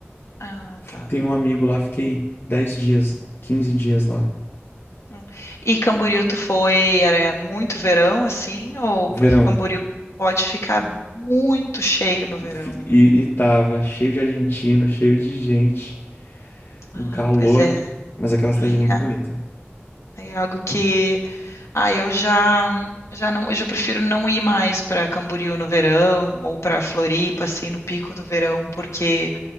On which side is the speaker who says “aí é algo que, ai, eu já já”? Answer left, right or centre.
Left